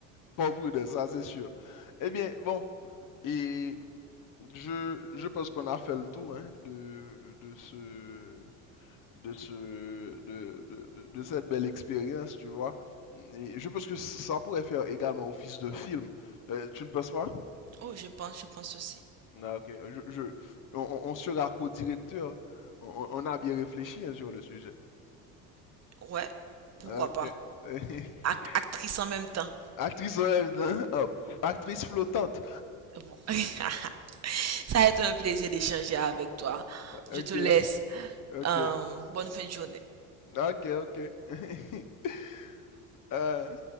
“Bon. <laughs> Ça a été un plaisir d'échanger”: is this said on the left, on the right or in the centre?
Right